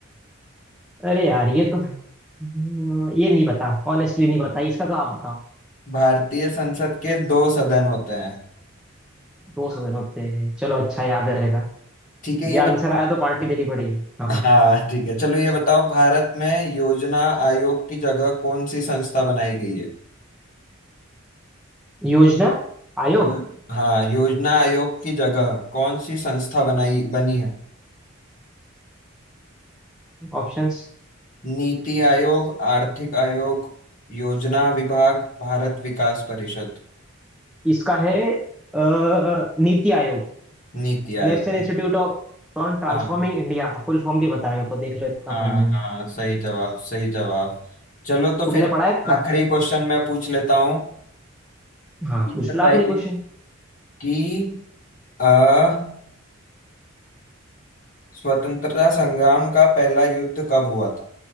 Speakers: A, in the centre; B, on the left.
A: अरे यार ये तो हम्म, ये नहीं पता ऑनेस्टली नहीं पता इसका तो आप बताओ
B: भारतीय संसद के दो सदन होते हैं
A: दो सौ दिन होते हैं चलो अच्छा याद रहेगा
B: ठीक है
A: ये
B: ये
A: आंसर
B: बताओ
A: आया तो पार्टी देनी पड़ेगी हाँ
B: हाँ
A: हाँ
B: ठीक है चलो ये बताओ भारत में योजना आयोग की जगह कौन सी संस्था बनाई गई है
A: योजना आयोग
B: यो- हाँ योजना आयोग की जगह कौन सी संस्था बनाई बनी है
A: ऑप्शंस
B: नीति आयोग आर्थिक आयोग योजना विभाग भारत विकास परिषद
A: इसका है अ, नीति Aayog
B: नीति आयोग
A: National institute of on transforming
B: हाँ
A: India full form भी बताया मेरे को देख लो इतना
B: हाँ
A: पढ़ा है मैंने
B: हाँ सही जवाब सही जवाब चलो तो
A: तुमने
B: फिर
A: पढ़ा है इतना
B: आखिरी क्वेश्चन मैं पूछ लेता हूँ
A: हाँ
B: ये
A: पूछ
B: बताइए
A: लो आखिरी क्वेश्चन
B: कि अ, स्वतंत्रता संग्राम का पहला युद्ध कब हुआ था